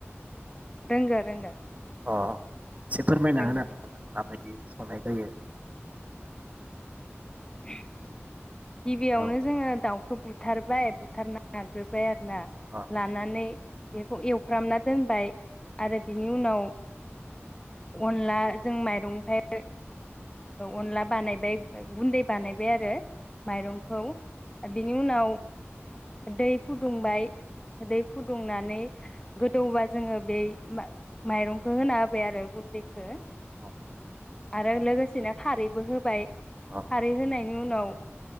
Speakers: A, on the left; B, on the right.
A: रोंगो रोंगो।
B: अ एसे फोरमायना
A: रोंगो
B: होनो हागोन नामा माबायदि? संनाय जायो।
A: <inaudible> गिबियावनो
B: हेलौ
A: जोङो दाउखौ बु बुथारबाय बुथारना लाग्रोबाय। ना
B: अ
A: लानानै बेखौ एवफ्रामना दोनबाय आरो बिनि उनाव अनलाजों माइरंनिफ्राय अनला ओ बानायबाय ओमफाय गुन्दै बानायबाय आरो माइरंखौ बिनि उनाव दै फुदुंबाय दै फुदुंनानै गोदौबा जोङो बे माइ माइरंखौ होना होबाय आरो गुन्दैखो।
B: अ
A: आरो लोगोसेनो खारैबो होबाय।
B: अ
A: खारै होनायनि उनाव